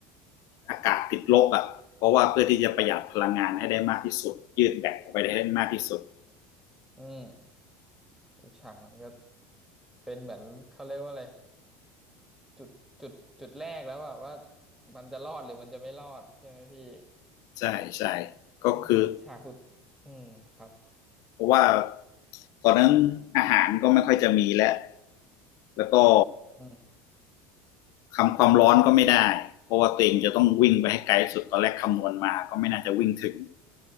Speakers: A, on the left; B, in the centre.
A: อากาศติดลบอ่ะเพราะว่าเพื่อที่จะประหยัดพลังงานให้ได้มากที่สุดยืดแบตออกไปได้ได้มากที่สุด
B: อืม อีกฉากนั้นก็เป็นเหมือนเขาเรียกว่าอะไรจุดจุดจุดแรกแล้วอะว่ามันจะรอดหรือมันจะไม่รอดใช่ไหมพี่
A: ใช่ใช่ก็คือ
B: แล้วเหมือนฉากสุดอืมครับ
A: เพราะว่าตอนนั้นอาหารก็ไม่ค่อยจะมีแล้วแล้วก็
B: อืม
A: คำความร้อนก็ไม่ได้เพราะว่าตัวเองจะต้องวิ่งไปให้ไกลสุดตอนแรกคำนวณมาก็ไม่น่าจะวิ่งถึง